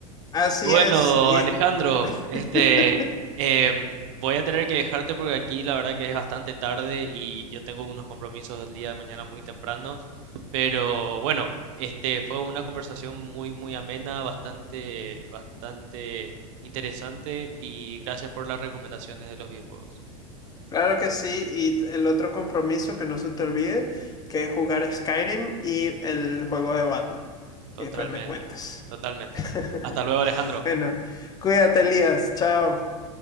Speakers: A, on the left (about 20°); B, on the right (about 60°).
A: Así
B: Y bueno,
A: es, y
B: Alejandro,
A: es-
B: este,
A: <laughs>
B: <laughs> em, voy a tener que dejarte porque aquí la verdad que es bastante tarde y yo tengo unos compromisos el día de mañana muy tempranos. Pero bueno, este, fue una conversación muy, muy amena, bastante, bastante interesante y gracias por las recomendaciones de los videojuegos.
A: claro que sí. Y t- el otro compromiso que no se te olvide, que es jugar Skyrim y el juego de Batman.
B: Totalmente,
A: Y después me cuentas.
B: totalmente.
A: <laughs>
B: Hasta luego, Alejandro.
A: Bueno, cuídate, Elías. Chao.